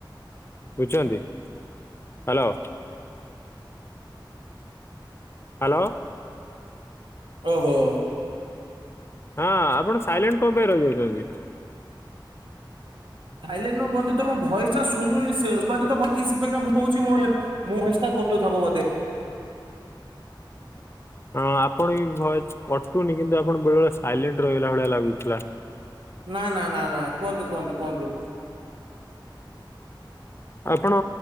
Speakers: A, on the left (about 30°); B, on the right (about 80°).
A: ବୁଝୁଛନ୍ତି। ହ୍ୟାଲୋ? ହ୍ୟାଲୋ?
B: ହଉ ହଉ।
A: ହଁ ଆପଣ ସାଇଲେଣ୍ଟ କଣ ପାଇଁ ରହିଯାଉଛନ୍ତି?
B: ସାଇଲେଣ୍ଟ ନୁହେଁ ବନ୍ଧୁ ତମ ଭୟସ ଟା ଶୁଣନି ସେ <unintelligible> ଏସି ପାଇଁ କା ମୁଁ କହୁଚି ମୋ ଭୟେସ୍ ଟା କଟୁଥବୁ ବୋଧେ।
A: ହଁ ଆପଣ ବି ଭୟେଶ କଟୁନି କିନ୍ତୁ ଆପଣ ବେଳେ ବେଳେ ସାଇଲେଣ୍ଟ ରହଗଲା ଭଳିଆ ଲାଗୁଥିଲା।
B: ନା ନା ନା ନା କୁହନ୍ତୁ କୁହନ୍ତୁ କୁହନ୍ତୁ।
A: ଆପଣ